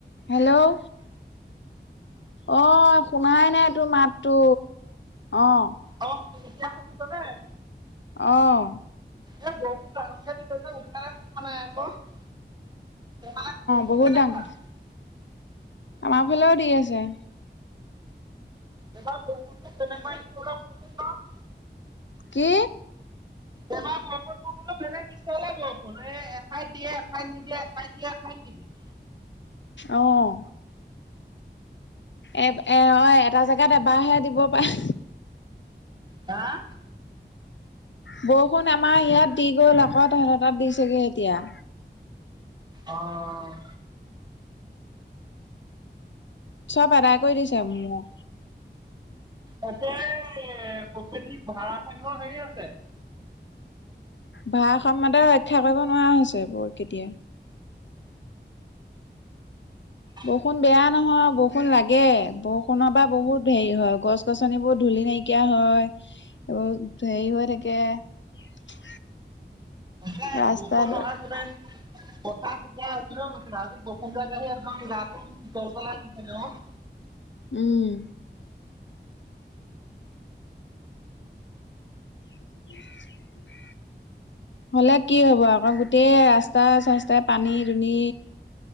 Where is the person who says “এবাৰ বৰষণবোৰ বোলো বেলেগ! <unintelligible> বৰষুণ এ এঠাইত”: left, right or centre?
Right